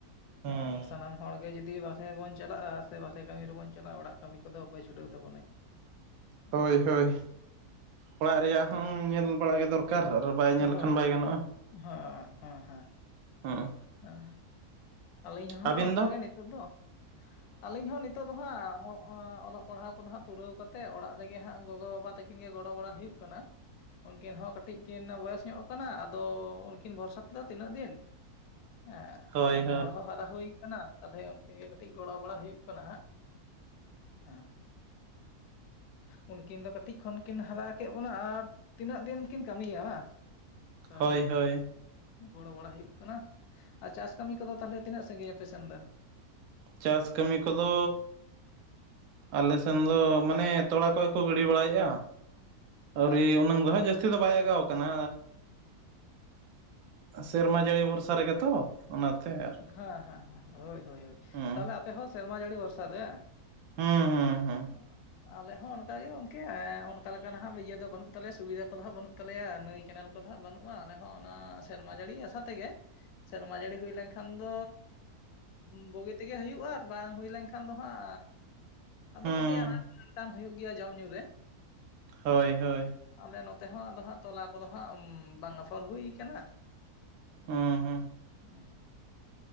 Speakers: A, on the right (about 70°); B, on the left (about 80°).
A: ᱦᱮᱸ
B: ᱥᱟ ᱥᱟᱱᱟᱢ ᱦᱚᱲ ᱜᱮ ᱡᱩᱫᱤ ᱵᱟᱨᱦᱮ ᱵᱚᱱ ᱪᱟᱞᱟᱜᱼᱟ ᱥᱮ ᱵᱟᱨᱦᱮ ᱠᱟᱹᱢᱤ ᱨᱮᱵᱚᱱ ᱪᱟᱞᱟᱜᱼᱟ ᱚᱲᱟᱜ ᱠᱟᱹᱢᱤ ᱠᱚᱫᱚ ᱚᱠᱚᱭ ᱪᱷᱩᱴᱟᱹᱣ ᱛᱟᱵᱚᱱᱟᱭ ᱦᱮᱸ
A: ᱦᱳᱭ ᱦᱳᱭ ᱚᱲᱟᱜ ᱨᱮᱭᱟᱜ ᱦᱚᱸ ᱧᱮᱞ ᱵᱟᱲᱟ ᱜᱮ ᱫᱚᱨᱠᱟᱨ ᱟᱨ ᱵᱟᱭ ᱧᱮᱞ
B: ᱦᱳᱭ
A: ᱞᱮᱠᱷᱟᱱ ᱵᱟᱭ ᱜᱟᱱᱚᱜᱼᱟ
B: ᱦᱮᱸ ᱦᱮᱸ ᱦᱮᱸ
A: ᱦᱮᱸ
B: ᱦᱮᱸ ᱟᱹᱞᱤᱧ ᱦᱚᱸ
A: ᱟᱹᱵᱤᱱ
B: ᱚᱱᱠ
A: ᱫᱚ
B: ᱜᱮ ᱱᱤᱛᱚᱜ ᱫᱚ ᱟᱹᱞᱤᱧ ᱦᱚᱸ ᱱᱤᱛᱚᱜ ᱫᱚ ᱦᱟᱸᱜ ᱚᱞᱚᱜ ᱯᱟᱲᱦᱟᱣ ᱠᱚᱫᱚ ᱦᱟᱸᱜ ᱯᱩᱨᱟᱹᱣ ᱠᱟᱛᱮᱜ ᱚᱲᱟᱜ ᱨᱮᱜᱮ ᱦᱟᱸᱜ ᱜᱚᱜᱚ ᱵᱟᱵᱟ ᱛᱟᱹᱠᱤᱱ ᱜᱮ ᱜᱚᱲᱚ ᱵᱟᱲᱟ ᱦᱩᱭᱩᱜ ᱠᱟᱱᱟ ᱩᱱᱠᱤᱱ ᱦᱚᱸ ᱠᱟᱹᱴᱤᱡ ᱠᱤᱱ ᱵᱚᱭᱮᱥ ᱧᱚᱜ ᱠᱟᱱᱟ ᱟᱫᱚ ᱩᱱᱠᱤᱱ ᱵᱷᱚᱨᱥᱟ ᱛᱮᱫᱚ ᱛᱤᱱᱟᱹᱜ ᱫᱤᱱ ᱦᱮᱸ
A: ᱦᱳᱭ ᱦᱳᱭ
B: ᱱᱮ ᱦᱚᱲ ᱦᱚᱸ‌ ᱦᱟᱨᱟ ᱦᱩᱭ ᱠᱟᱱᱟ ᱛᱟᱦᱞᱮ ᱩᱱᱠᱤᱱ ᱜᱮ ᱠᱟᱹᱴᱤᱡ ᱜᱚᱲᱚ ᱵᱟᱲᱟ ᱦᱩᱭᱩᱜ ᱠᱟᱱᱟ ᱦᱟᱸᱜ ᱦᱮᱸ ᱩᱱᱠᱤᱱ ᱫᱚ ᱠᱟᱹᱴᱤᱡ ᱠᱷᱚᱱ ᱠᱤᱱ ᱦᱟᱨᱟ ᱠᱮᱫ ᱵᱚᱱᱟ ᱟᱨ ᱛᱤᱱᱟᱹᱜ ᱫᱤᱱ ᱠᱤᱱ ᱠᱟᱹᱢᱤᱭᱟ ᱵᱟᱝ ᱛᱟᱦᱚᱞᱮ
A: ᱦᱳᱭ ᱦᱳᱭ
B: ᱜᱚᱲᱚ ᱵᱟᱲᱟ ᱦᱩᱭᱩᱜ ᱠᱟᱱᱟ ᱟᱨ ᱪᱟᱥ ᱠᱟᱹᱢᱤ ᱠᱚᱫᱚ ᱛᱟᱦᱚᱞᱮ ᱛᱤᱱᱟᱹᱜ ᱥᱟᱺᱜᱤᱧ ᱟᱯᱮ ᱥᱮᱱᱫᱚ
A: ᱪᱟᱥ ᱠᱟᱹᱢᱤ ᱠᱚᱫᱚ ᱟᱞᱮᱥᱮᱱ ᱫᱚ ᱢᱟᱱᱮ ᱛᱚᱲᱟ ᱠᱚ ᱜᱮᱠᱚ ᱜᱤᱰᱤ ᱵᱟᱲᱟᱭᱮᱫᱼᱟ ᱟᱹᱣᱨᱤ
B: ᱟᱪᱪᱷᱟ
A: ᱩᱱᱟᱹᱝ
B: ᱟᱪᱪᱷᱟ
A: ᱫᱚ ᱦᱟᱸᱜ ᱡᱟᱹᱥᱛᱤ ᱫᱚ ᱵᱟᱭ ᱟᱜᱟᱣ ᱠᱟᱱᱟ ᱥᱮᱨᱢᱟ ᱡᱟᱹᱲᱤ ᱵᱷᱚᱨᱥᱟ ᱨᱮᱜᱮ ᱛᱚ ᱚᱱᱟᱛᱮ ᱟᱨ
B: ᱦᱮᱸ ᱦᱮᱸ ᱦᱳᱭ ᱦᱳᱭ ᱦᱳᱭ
A: ᱦᱮᱸ
B: ᱛᱟᱦᱞᱮ ᱟᱯᱮ ᱦᱚᱸ ᱥᱮᱨᱢᱟ ᱡᱟᱹᱲᱤ ᱵᱷᱚᱨᱥᱟ ᱫᱮ ᱵᱟᱝ
A: ᱦᱮᱸ ᱦᱮᱸ ᱦᱮᱸ
B: ᱦ <unintelligible> ᱟᱞᱮ ᱦᱚᱸ ᱚᱱᱠᱟ ᱜᱮ ᱜᱚᱝᱠᱮ ᱚᱱᱠᱟ ᱞᱮᱠᱟᱱᱟᱜ ᱦᱟᱸᱜ ᱤᱭᱟᱹ ᱫᱚ ᱵᱟᱹᱱᱩᱜ ᱛᱟᱞᱮᱭᱟ ᱥᱩᱵᱤᱫᱟ ᱠᱚ ᱦᱟᱸᱜ ᱵᱟᱹᱱᱩᱜ ᱛᱟᱞᱮᱭᱟ ᱱᱟᱹᱭ ᱠᱮᱱᱮᱞ ᱠᱚᱫᱚ ᱦᱟᱸᱜ ᱵᱟᱹᱱᱩᱜᱼᱟ ᱟᱞᱮ ᱦᱚᱸ ᱚᱱᱟ ᱥᱮᱨᱢᱟ ᱡᱟᱹᱲᱤ ᱟᱥᱟ ᱛᱮᱜᱮ ᱥᱮᱨᱢᱟ ᱡᱟᱹᱲᱤ ᱦᱩᱭ ᱞᱮᱱᱠᱷᱟᱱ, ᱮᱠᱷᱟᱱ ᱫᱚ ᱵᱩᱜᱤ ᱛᱮᱜᱮ ᱦᱩᱭᱩᱜᱼᱟ ᱟᱨ ᱵᱟᱝ ᱦᱩᱭ ᱞᱮᱱᱠᱷᱟᱱ ᱫᱚ ᱦᱟᱸᱜ, ᱟᱫᱚ
A: ᱦᱮᱸ
B: ᱠᱟᱹᱴᱤᱡ ᱟᱱᱟᱴ ᱠᱷᱟᱱᱴᱟᱱ ᱦᱩᱭᱩᱜ ᱜᱮᱭᱟ ᱡᱚᱢ ᱧᱩ ᱨᱮ
A: ᱦᱳᱭ
B: ᱦᱮᱸ
A: ᱦᱳᱭ
B: ᱟᱞᱮ ᱱᱚᱛᱮ ᱦᱚᱸ ᱟᱫᱚ ᱦᱟᱸᱜ ᱛᱚᱞᱟ ᱠᱚᱫᱚ ᱦᱟᱸᱜ ᱵᱟᱝ ᱟᱯᱷᱚᱨ ᱦᱩᱭ ᱠᱟᱱᱟ
A: ᱦᱮᱸ ᱦᱮᱸ
B: ᱦᱮᱸ